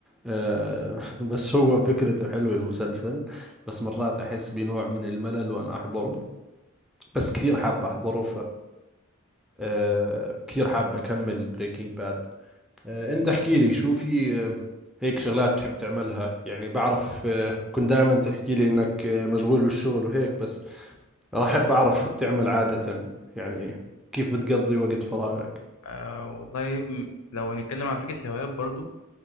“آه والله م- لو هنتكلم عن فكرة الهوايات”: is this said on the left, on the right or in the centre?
Left